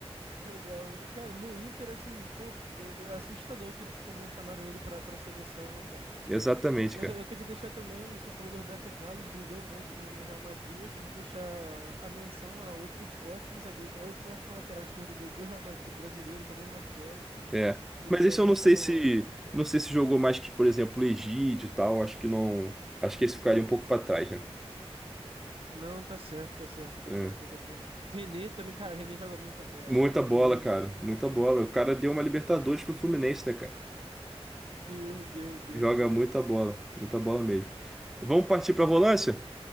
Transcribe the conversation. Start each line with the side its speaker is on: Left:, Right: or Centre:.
Right: jogar, jo- cara, no Inter, assim, pô, be- be- assustador aquilo que como não chamaram ele pra, pra seleção, né, cara?
Centre: Exatamente,
Right: Mas
Centre: cara.
Right: eu tenho que deixar também, você falou do Roberto Carlos, brilhou muito no, no Real Madrid, eu tenho que deixar a menção a outro ótimo zagueiro, outro ótimo lateral esquerdo do, do Real Madrid brasileiro também, o Marcelo.
Centre: É.
Right: Fica
Centre: Mas
Right: aí
Centre: esse
Right: a menção
Centre: eu não sei
Right: honrosa.
Centre: se, não sei se jogou mais que, por exemplo, o Egídio e tal, acho que não, acho que esse ficaria um pouco para trás, né?
Right: Não, tá certo, tá certo, tá
Centre: É.
Right: certo, tá certo. René também, cara, René joga muita bola,
Centre: Muita
Right: cara.
Centre: bola,
Right: René,
Centre: cara, muita bola. O cara deu
Right: muita
Centre: uma Libertadores
Right: bola.
Centre: pro Fluminense, né, cara?
Right: Deu, deu, deu,
Centre: Joga
Right: deu.
Centre: muita bola, muita bola mesmo. Vamos partir pra
Right: Hum,
Centre: volância?